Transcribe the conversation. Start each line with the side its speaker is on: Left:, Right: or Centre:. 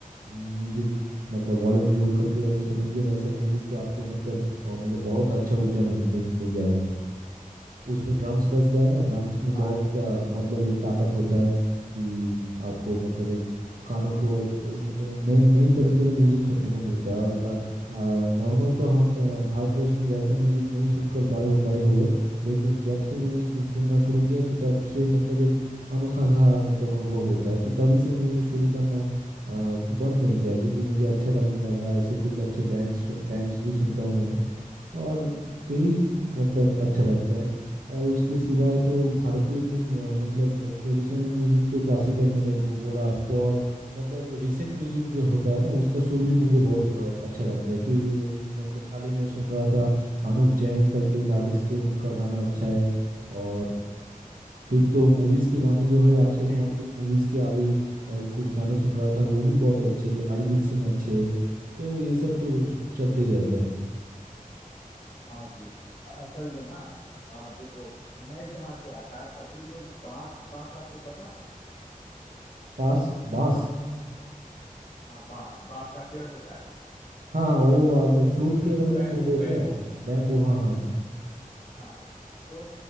Right: म्यूज़िक मतलब वॉल्यूम जोड़ करके अगर सुनेंगे वैसा म्यूज़िक तो आपको मतलब अ, मतलब बहुत अच्छा ऊर्जा मिल मिल मिल जाएगा उसमें ड्रम्स बजता है ना ड्रम्स में
Left: हाँ
Right: बहुत आ, मतलब एक ताकत होता है कि आपको मतलब एक कानों को एक मतलब नए नई तरीके का म्यूजिक सुनने को मिलता है और नॉर्मल तो हम आ, भारतवर्ष में वैसा म्यूजिक नहीं सुनकर बड़े बड़े हुए लेकिन जब से मैंने सु, सुनना शुरू किया तो तब से मतलब एक अनोखा सा मतलब अनुभव होता है तो तभी से मैं शुरू करना आ, बंद नहीं किया क्योंकि मुझे अच्छा लगने लगा ऐसे कुछ अच्छे बैंड्स बैंड्स भी सुनता हूँ मैंने और यही मतलब अच्छा लगता है और उसके सिवाय तो भारतीय जो अ, मतलब ट्रेडिशनल म्यूजिक तो क्लासिकल मैंने वो बोला आपको और मतलब रिसेंट म्यूजिक जो होता है ना उसका सुर भी मुझे बहुत अ, अच्छा लगता है कि अ, मतलब हाल ही में
Left: जी
Right: सुन रहा था अनुव जैन करके एक आर्टिस्ट है उनका गाना अच्छा है और फिर तो मूवीज के गाने जो है अक्षय
Left: जी
Right: कुमार के मूवीज के अभी अ, कुछ गाने सुन रहा था वो भी बहुत अच्छे हैं। अरिजीत सिंह अच्छे हैं। तो ये सब तो रोज चलते ही रहता है
Left: हाँ जी अ- असल में ना आ, देखो मैं जहाँ से आता हूँ अभी लोग बांस बांस आपको पता है
Right: पास बास
Left: हाँ बांस बांस का पेड़ होता है
Right: हाँ हाँ वो आप फ्लूट
Left: Bamboo
Right: के बारे में बोल रहे हो
Left: bamboo
Right: क्या बैम्बू हाँ हाँ
Left: हाँ तो